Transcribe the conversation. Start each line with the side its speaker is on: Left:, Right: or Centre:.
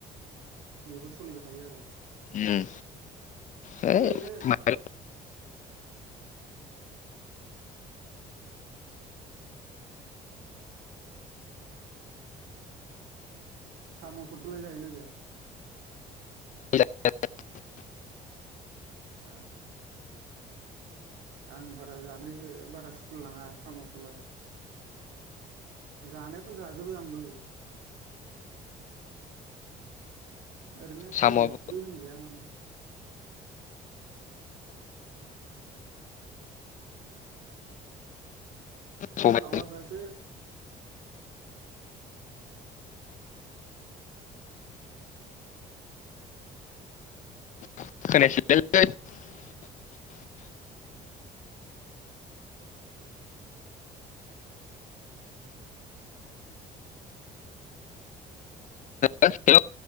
Right: बेफोर सलिबाय थायो आरो
Left: ओम है
Right: ओरैनो
Left: माबा
Right: साम फोरखोलाय जायो ना जाया
Left: <unintelligible>
Right: आह आं बारा जानो बारा सुखुलाय लाङा सामखोलाय जानायावथ जाजोबो आंबो ओरैनो
Left: साम'आबो
Right: फेभरेटबो होनजाया माने
Left: सबाय
Right: आवाजा एसे
Left: <unintelligible> हेलौ